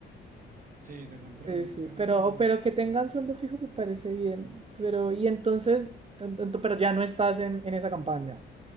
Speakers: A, on the right; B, on the right.
A: Sí, te comprendo,
B: Sí, sí,
A: pero
B: pero,
A: no,
B: pero que tengan sueldo fijo me parece bien, pero y entonces, en- en- pero ya no estás en, en esa campaña.